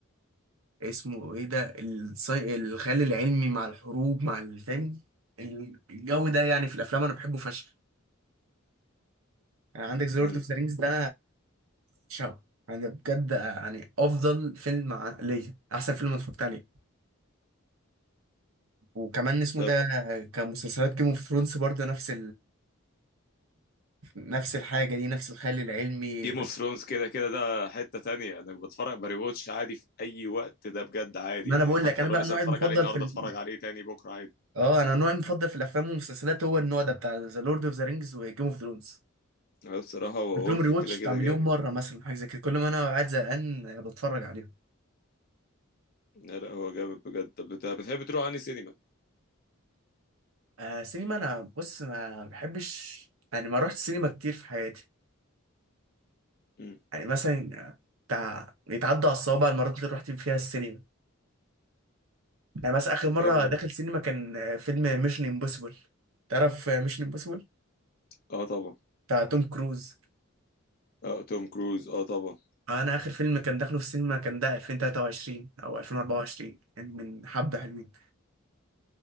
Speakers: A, on the right; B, on the left.
A: اسمه ايه ده الصي... الخيال العلمي مع الحروب مع الفهم الجو ده يعني في الافلام انا بحبه فشخ يعني عندك ذا
B: حلو
A: لورد اوف ذا رينجز ده شو انا بجد يعني افضل فيلم ع- ليا احسن فيلم أنا اتفرجت عليه وكمان اسمه
B: طب
A: ده كمسلسلات جيم اوف ثرونز برضه نفس نفس الحاجة دي نفس الخيال العلمي
B: جيم
A: وال-
B: اوف ثرونز كده كده ده حتة تانية انا بتفرج باري واتش عادي في اي وقت ده بجد عادي
A: ما
B: يعني
A: انا بقول
B: حتى
A: لك انا
B: لو
A: بقى
B: لسه
A: نوعي
B: اتفرج
A: المفضل
B: عليه النهارده
A: في ال...
B: اتفرج عليه تاني بكره عادي
A: اه انا نوعي المفضل في الافلام والمسلسلات هو النوع ده بتاع ذا لورد اوف ذا رينجز وجيم اوف ثرونز
B: لا بصراحة هو
A: قلت لهم
B: ورث
A: ريواتش
B: كده كده
A: بتاع مليون
B: جامد
A: مرة مثلا حاجة زي كده كل ما انا قاعد زهقان آه، بتفرج عليهم
B: لا لا هو جامد بجد طب بت- بتحب تروح أنهي سينما؟
A: آه سينما انا بص ما بحبش يعني ما رحت السينما كتير في حياتي
B: مم.
A: يعني مثلا آه، بتاع يتعدى على الصوابع المرات اللي رحت فيها السينما يعني مثلا اخر مرة
B: كم مرة؟
A: داخل سينما كان آه، فيلم ميشن امبوسيبل تعرف ميشن امبوسيبل
B: اه طبعا
A: بتاع توم كروز
B: اه توم كروز اه طبعا
A: انا اخر فيلم كان داخله في السينما كان ده 2023 او 2024 يعني من حبة حلوين